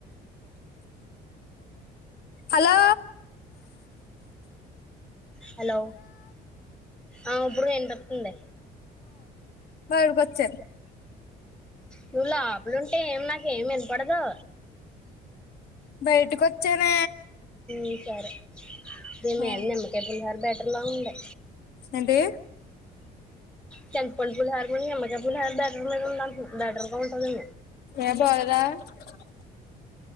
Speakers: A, on the left; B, in the centre.
A: హలో
B: హలో అవు ఇప్పుడు ఎండోతుంది
A: బయడు కొచ్చ
B: నువ్వు లోపలింటే ఏం నాక ఏమి వినపడదు
A: బయటకొచ్చానే
B: ఈ సరే ద మే
A: హ్మ్
B: నిమ్మకయ పులిహోర హ బెటర్లా ఉండే
A: ఎంటి
B: చింతపండు పులిహోర ను నిమ్మకాయ పులిహోర ల్ లంటుది లాదర్ పనుం
A: ఏ <inaudible>